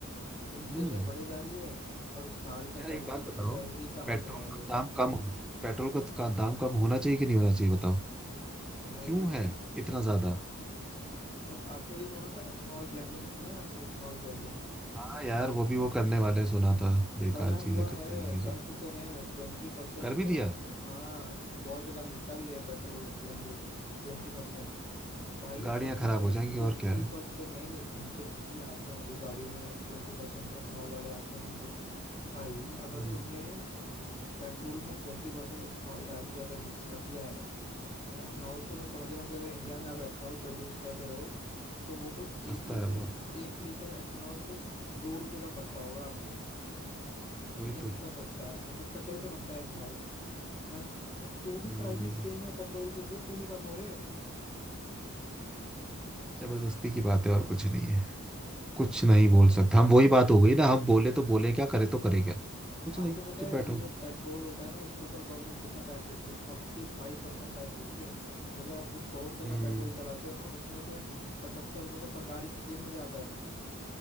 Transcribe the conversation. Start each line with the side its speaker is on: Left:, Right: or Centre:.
Left: इन्फ्लेशन
Centre: हम्म
Left: बढ़े जा रही है और साल का सैलरी
Centre: यार एक बात बताओ
Left: सैलरी का हाइक
Centre: पेट्रोल
Left: है नहीं
Centre: का दाम कम पेट्रोल का का दाम कम होना चाहिए कि नहीं होना चाहिए बताओ
Left: भाई
Centre: क्यों है इतना ज्यादा
Left: पे- आपने ये सुना था एथेनॉल ब्लेंडिंग सुना है आपने एथेनॉल ब्लेंडिंग
Centre: हाँ यार वो भी वो करने वाले सुना था बेकार
Left: करा
Centre: चीजें
Left: हुआ
Centre: करते
Left: है
Centre: रहेंगे जब
Left: कर चुके हैं ट्वेंटी परसेंट
Centre: कर भी दिया
Left: हाँ बहुत जगह मिलता भी है पेट्रोल ब्लेंडेड ट्वेंटी परसेंट भाई
Centre: गाड़ियां
Left: अगर
Centre: खराब
Left: तुमने
Centre: हो
Left: ट्वेंटी
Centre: जाएंगी और क्या है
Left: परसेंट नहीं नहीं इंजन भी आते हैं अभी गाड़ियों में ट्वेंटी परसेंट एथेनॉल वाले आते हैं इंजन भाई अगर
Centre: हम्म
Left: तुमने पेट्रोल में ट्वेंटी परसेंट एथेनॉल डाल के अगर मिक्स कर दिया है तो एथेनॉल तो मैं समझ रहा हूँ कि अगर इंडिया में आप एथेनॉल प्रोड्यूस कर रहे हो तो वो तो
Centre: सस्ता
Left: एक लीटर
Centre: है बहुत
Left: एक लीटर एथेनॉल तो दो रुपए का पड़ता होगा आपको
Centre: वही
Left: ठीक है
Centre: तो
Left: इतना सस्ता है मतलब कचरे से बनता है इथेनॉल है और तो भी
Centre: हम्म
Left: प्राइसेस सेम है पेट्रोल के वो क्यों नहीं कम हो रहे
Centre: जबरदस्ती की बात है और कुछ नहीं है कुछ नहीं
Left: हाँ
Centre: बोल
Left: तो है
Centre: सकता हम वही बात हो गई ना हम बोले तो बोले क्या करे तो करे क्या कुछ
Left: आपको
Centre: नहीं
Left: पता
Centre: चुप
Left: है
Centre: बैठो
Left: ये जो पेट्रोल होता है ना इसके ऊपर गवर्नमेंट कितना टैक्स देती है फोर्टी फाइव परसेंट टैक्स देती है मतलब आप जो सौ रुपए
Centre: हम्म
Left: का पेट्रोल डलाते हो ना उसमें से पचहत्तर रुपए तो सरकारी की जेब में जाता है